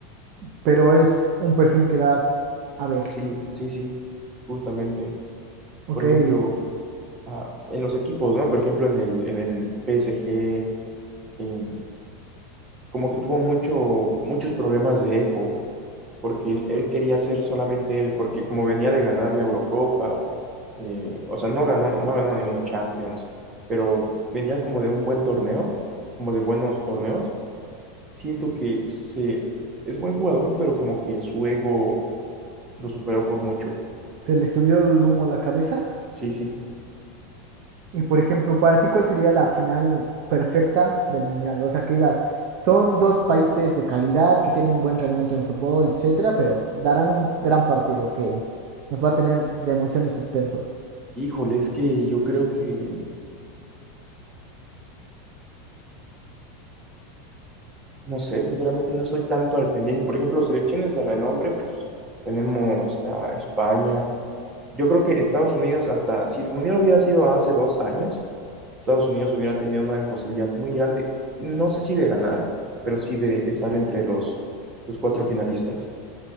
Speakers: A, on the right; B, on the right.
A: Pero es un perfil que da a ver.
B: sí, sí, sí, justamente.
A: Ok,
B: Por
A: se
B: ejemplo, ah, en los equipos, ¿no? Por ejemplo, en el, en el PSG, em, como que tuvo mucho, muchos problemas de ego. porque él, él quería ser solamente él, porque como venía de ganar la Eurocopa, eh, o sea, no ganó, no ganó ninguna Champions, pero venía como de un buen torneo, como de buenos torneos. Siento que se, es buen jugador, pero como que su ego lo superó por mucho.
A: le subió el humo a la cabeza.
B: Sí, sí.
A: Y por ejemplo, para ti, ¿cuál sería la final perfecta del Mundial? O sea, que digas, son dos países de calidad que tienen buen rendimiento en fútbol, etcétera, pero darán un gran partido que nos va a tener de emoción y suspenso.
B: Híjole, es que yo creo que, no sé, sinceramente no estoy tanto al pendiente. Por ejemplo, selecciones de renombre, pues tenemos a España, Yo creo que Estados Unidos, hasta si el Mundial hubiera sido hace dos años, Estados Unidos hubiera tenido una posibilidad muy grande, no sé si de ganar, pero sí de estar entre los, los cuatro finalistas.